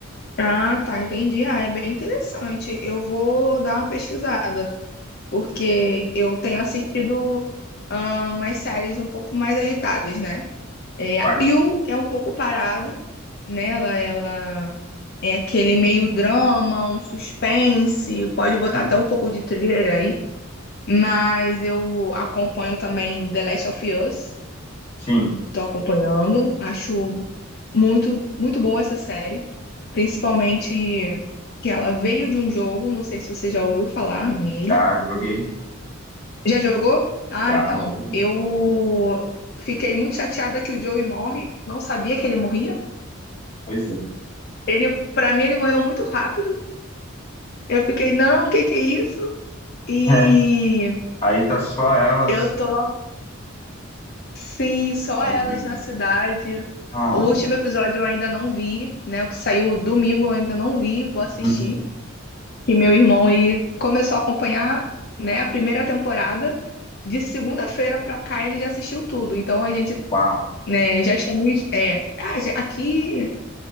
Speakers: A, on the left; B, on the left.
A: Ah, tá, entendi. Ah, é bem interessante. Eu vou dar uma pesquisada, porque eu tenho assistido ah, umas séries um pouco mais agitadas, né? É,
B: Quase.
A: a Yu é um pouco parado, né? Ela, ela É aquele meio drama, um suspense, pode botar
B: Sim.
A: até um pouco de thriller aí. Mas eu acompanho também The Last of Us,
B: Sim,
A: tô acompanhando. Acho muito, muito boa essa série, principalmente que ela veio de um jogo, não sei se você já ouviu falar nele.
B: Já joguei,
A: Já jogou? Ah,
B: já,
A: então,
B: já joguei.
A: eu fiquei muito chateada que o Joey morre, não sabia que ele morria.
B: Pois é.
A: Ele, para mim, ele morreu muito rápido. Eu fiquei, não, o que que é isso? E
B: <laughs> Aí tá só elas
A: eu tô, sim, só
B: sozinhas.
A: elas na cidade.
B: Nossa.
A: O último episódio eu ainda não vi, né? O que saiu domingo eu ainda não vi, vou assistir.
B: Uhum.
A: E meu irmão, ele começou a acompanhar, né, a primeira temporada. De segunda-feira pra cá ele já assistiu tudo. Então a gente,
B: Uau.
A: né, já estamos. É, ah, já- aqui